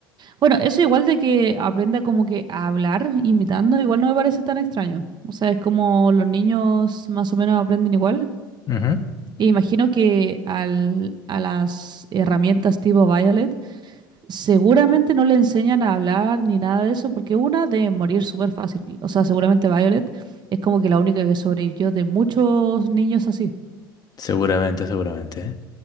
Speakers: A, on the right; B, on the left.
A: Bueno, eso igual de que aprenda como que a hablar imitando, igual no me parece tan extraño. O sea, es como los niños más o menos aprenden igual.
B: ujú,
A: E imagino que al, a las herramientas tipo Violet Seguramente no le enseñan a hablar ni nada de eso, porque una debe morir súper fácil. O sea, seguramente Violet es como que la única que sobrevivió de muchos niños así.
B: Seguramente, seguramente, ¿eh?